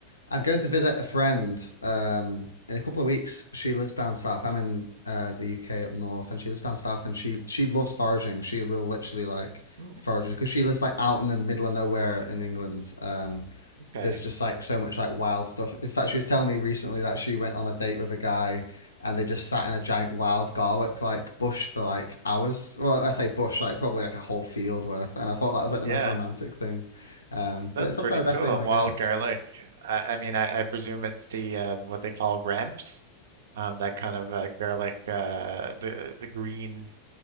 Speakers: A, on the left; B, on the right.
A: I'm going to visit a friend um, in a couple of weeks. She lives down south. I'm in uh, the UK up north, and she lives down south, and she she loves foraging. She will literally like
B: Ooh,
A: foraging because she lives like out in the middle of nowhere in England. Um,
B: okay.
A: there's just like so much like wild stuff. In fact, she was telling me recently that she went on a date with a guy and they just sat in a giant wild garlic like bush for like hours. Well, I say bush, like probably like a whole field worth. And I thought that was like the
B: Yeah,
A: most romantic thing. Um,
B: that's
A: but it's something
B: pretty
A: I definitely
B: cool.
A: want
B: Wild
A: to get.
B: garlic. I, I mean, I, I presume it's the um, what they call ramps, um, that kind of uh, garlic, uh, the the green